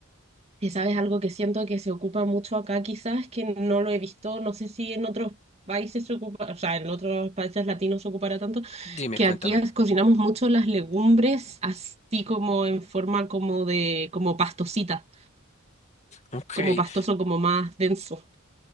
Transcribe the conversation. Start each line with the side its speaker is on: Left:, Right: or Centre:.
Right: Que sabes, algo que siento que se ocupa mucho acá, quizás que no lo he visto, no sé si en otros países se ocupa, o sea, en otros países latinos se ocupará tanto,
Left: Dime,
Right: que
Left: cuéntame.
Right: aquí as- cocinamos mucho las legumbres así como en forma como de, como pastosita,
Left: Ok.
Right: como pastoso, como más denso.